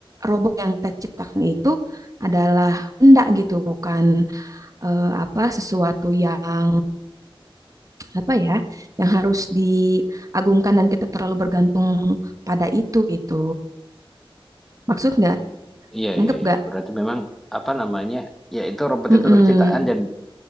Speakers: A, on the right; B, in the centre.
A: robot yang kita ciptakan itu adalah hendak gitu, bukan eh, apa sesuatu yang apa ya, yang harus diagungkan dan kita terlalu bergantung pada itu gitu. Maksud nggak?
B: Hmm, Iya
A: Nangkep
B: iya iya.
A: nggak?
B: Berarti memang apa namanya? Ya itu robot
A: Mm-mm.
B: itu tetap ciptaan dan